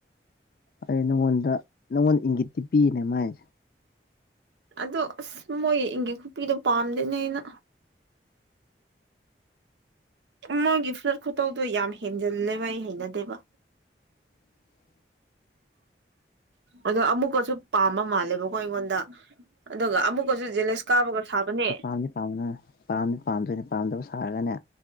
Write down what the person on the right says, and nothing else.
ꯑꯗꯣ ꯑꯁ ꯃꯣꯏꯒꯤ ꯏꯪꯒꯤ ꯈꯨꯄꯤꯗꯣ ꯄꯥꯝꯗꯦꯅꯦ ꯑꯩꯅ ꯃꯥꯒꯤ ꯐꯨꯠ ꯈꯨꯇꯧꯗꯣ ꯌꯥꯝ ꯍꯦꯟꯖꯤꯜꯂꯦꯕ ꯑꯩ ꯍꯩꯅꯗꯦꯕ
ꯑꯗꯣ ꯑꯃꯨꯛꯀꯁꯨ ꯄꯥꯝꯕ ꯃꯥꯜꯂꯦꯕꯀꯣ ꯑꯩꯉꯣꯟꯗ ꯑꯗꯨꯒ ꯑꯃꯨꯛꯀꯁꯨ ꯖꯦꯂꯦꯁ ꯀꯥꯕꯒ ꯁꯥꯕꯅꯦ